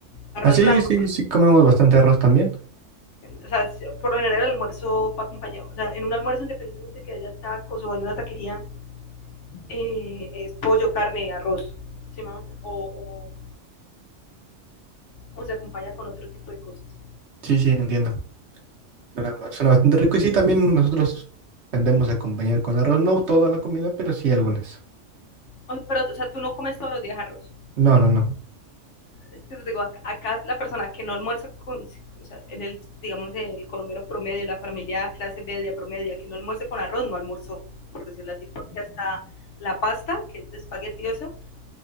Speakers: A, on the left; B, on the right.
A: arroz
B: Así,
A: blanco,
B: sí,
A: por
B: sí, sí comemos bastante arroz también.
A: o sea, por lo general el almuerzo va acompañado, o sea, en un almuerzo independientemente que haya tacos o haya una taquería, eh, es pollo, carne, arroz, ¿sí, mamá? O, o, o, se acompaña con otro tipo de cosas.
B: Sí, sí, entiendo. Suena, suena bastante rico y sí, también nosotros tendemos a acompañar con arroz, no toda la comida, pero sí algunas.
A: O, pero, o sea, tú no comes todos los días arroz.
B: No, no, no.
A: Es que te digo, acá, acá, la persona que no almuerza con, o sea, en el, digamos, el colombiano promedio, la familia clase media promedia, que no almuerce con arroz, no almuerzo, por decirlo así, porque hasta la pasta, que es de espagueti, eh,